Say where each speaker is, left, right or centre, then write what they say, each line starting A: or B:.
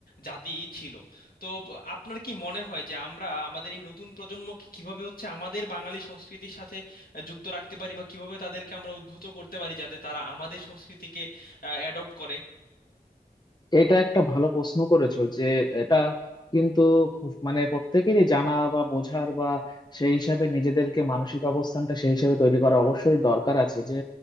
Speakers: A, on the left; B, on the left.
A: জাতি ছিল তো ব- আপনার কি মনে হয় যে আমরা আমাদের এই নতুন প্রজন্মকে কিভাবে হচ্ছে আমাদের বাঙালি সংস্কৃতির সাথে আহ, যুক্ত রাখতে পারি বা কিভাবে তাদেরকে আমরা উদ্বুদ্ধ করতে পারি যাতে তারা আমাদের সংস্কৃতিকে অ্যাডপ্ট করে
B: এটা একটা ভালো প্রশ্ন করেছো যে এটা কিন্তু খুব মানে প্রত্যেকেরই জানা বা বোঝার বা সেই হিসাবে নিজেদেরকে মানসিক অবস্থানটা সেই হিসাবে তৈরি করা অবশ্যই দরকার আছে যে